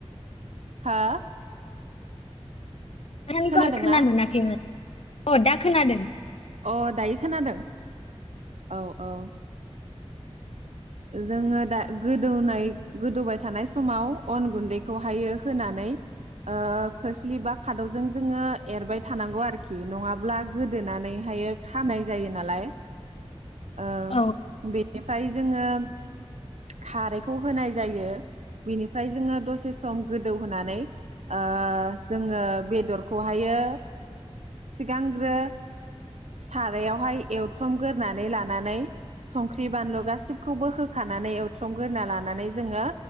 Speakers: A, on the right; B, on the left.
A: हा?
B: नोंथांखौ
A: खोनादोंना
B: आं खोनानो मोनाखैमोन अ दा खोनादों।
A: अ दायो खोनादों। औ औ। जोङो दा गोदौनाय गोदौबाय थानाय समाव अन गुन्दैखौहायो होनानै ओ खोस्लि बा खादौजों जोङो एरबाय थानांगौ आरोखि नङाब्ला गोदोनानैहायो खानाय जायो नालाय। ओ
B: औ
A: बे फाय जोङो खारैखौ होनाय जायो बेनिफ्राय जोङो दसे सम गोदौहोनानै ओ जोङो बेदरखौहायो सिगांग्रो सारायावहाय एवथ्रमगोरनानै लानानै संख्रि बानलु गासिबो खौबो होखानानै एवथ्रमग्रोना लानानै जोङो